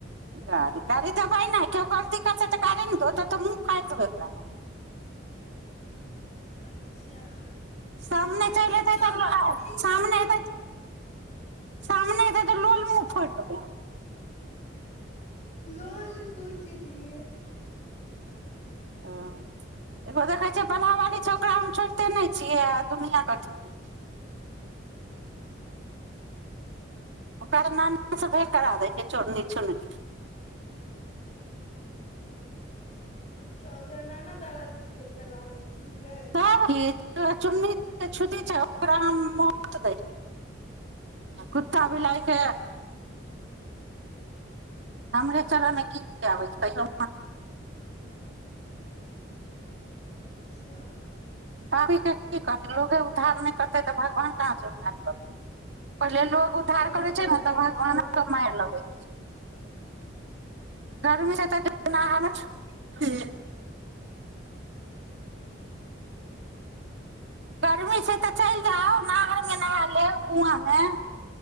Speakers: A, on the right (about 65°); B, on the left (about 35°).
A: गाड़ी गाड़ी तऽ भहि नहि केकर दिक्कत छै तऽ गाी नहि धत तऽ म फारि देबै ओकरा हम
B: अच्छा
A: सामने
B: मुँह फाड़ि
A: चलि एतै
B: छौ
A: तब ले ओ
B: ठीक
A: सामने
B: छौ
A: एतै सामने एत तऽ लोल मु फोरि देबै
B: लोल कूच दिए
A: हं एगो देखै छियै बलहावाली छै ओकरा हम छोड़िते नहि छियै आ दुनिआँ कथी ओकरा नाना से भेट करा दै छियै चोरनी छुनी
B: अच्छा ओकरा नाना दादा से तू भेंट करवाबै छीहीं गै
A: सब चुन्नी छुट छै ओकरा हम दै कुत्ता बिलायके हमरे चर मे गिबयो
B: अच्छा
A: करीके की करतै लोकोगे उधार नहि करतै तऽ भगवान कहाँसँ उद्धार करतै पहिले लोग उधार
B: बड
A: करै
B: गर्मी
A: छै ने तब भगबानोके
B: छै लेकिन
A: मारि लगै छै छै गर्मीसँ तऽ जेना हालत छै गर्मी छै तऽ चलि जाउ नहा ओइमे नहा लेब कुंआमे